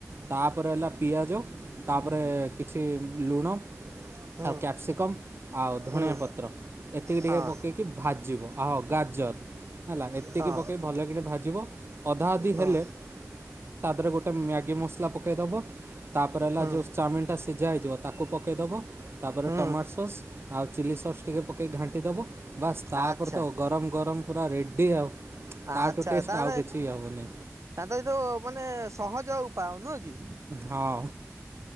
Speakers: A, on the right; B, on the right.
A: ତାପରେ ହେଲା ପିଆଜ ତାପରେ କିଛି ଲୁଣ
B: <inaudible>
A: ଆଉ କ୍ୟାପ୍ସିକମ୍ ଆଉ ଧଣିିଆ
B: ହୁଁ
A: ପତ୍ର ଏତିକି ଟିକେ
B: ହଁ
A: ପକେଇକି ଭାଜିବ ଆଉ ଗାଜର। ହେଲା ଏତିକି
B: ହଁ
A: ପକେଇ ଭଲ କିଣି ଭାଜିବ ଅଧା ଅଧି
B: ହଁ
A: ହେଲେ ତା ଦେହରେ ଗୋଟେ ମ୍ୟା ଗି ମସଲା ପକେଇଦବ ତାପରେ ହେଲା
B: ହୁଁ
A: ଯଉ ଚାଉମିନଟା ସିଝା ହେଇଥିବ ତାକୁ ପକେଇଦବ। ତାପରେ
B: ହୁଁ
A: ଟମାଟୋ ସସ୍ ଆଉ ଚିଲି ସସ୍ ଟିକେ ପକେଇକି ଘାଣ୍ଟି ଦବ। ବାସ ତାପରେ
B: ଆଚ୍ଛା
A: ତ ଗରମ ଗରମ ପୁରା ରେଡି ଆଉ।
B: ଆଚ୍ଛା
A: ତାଠୁ ଟେଷ୍ଟ
B: ତାହେନେ
A: ଆଉ କିଛି ହେବନି
B: ତାହେନେ ଏଇ ତ ମାନେ ସହଜ ଉପାୟ ନୁହ କି।
A: ହଁ